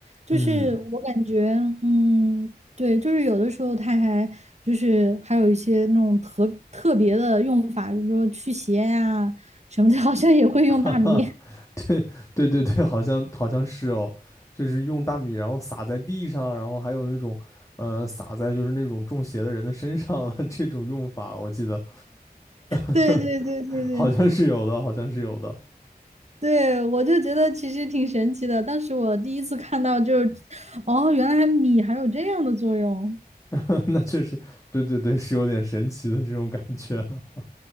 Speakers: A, on the right; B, on the left.
A: 就是我感觉，
B: 嗯，
A: 嗯，对，就是有的时候它还就是还有一些那种特特别的用法，就是说驱邪呀、什么的，<laughs> 好像也会用大米。
B: <laughs> 哈哈，
A: <laughs>
B: <laughs> 对对对对，好像好像是哦，就是用大米然后撒在地上，然后还有那种呃撒在就是那种中邪的人的身上的 <laughs> 这种用法，我记得 <laughs>
A: 对对对对对
B: 好像是有的，好像是有的。
A: 对，我就觉得其实挺神奇的。当时我第一次看到，就是哦，原来米还有这样的作用。
B: <laughs> 那确实，对对对，是有点神奇的这种感觉了。